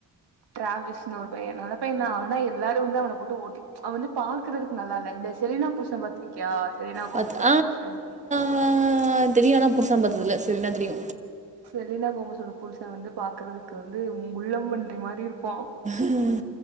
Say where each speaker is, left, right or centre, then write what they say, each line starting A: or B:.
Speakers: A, on the right (about 75°); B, on the right (about 20°).
A: டிராவல்ஸ்ன்னு ஒரு பைய நல்ல பைய தா ஆனா எல்லாரு வந்து அவன போட்டு ஓட்டி அவ வந்து பாக்குறதுக்கு நல்லா இல்ல இந்த செலீனா புருஷ பாத்திருக்கியா செலீனா கோமேஸ்யோட
B: பார்த்து
A: புருஷ
B: ஆ தெரியு ஆன புருசான பாத்ததுல செலீனா தெரியு
A: செலீனா கோமசோட புருச வந்து பாக்குறதுக்கு வந்து முள்ளம் பண்றி மாரி இருப்ப
B: உம்